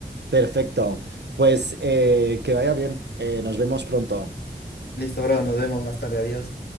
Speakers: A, on the right; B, on the left.
A: Perfecto. Pues eh, que vaya bien. Eh, nos vemos pronto.
B: Listo, bro, nos vemos más tarde. Adiós.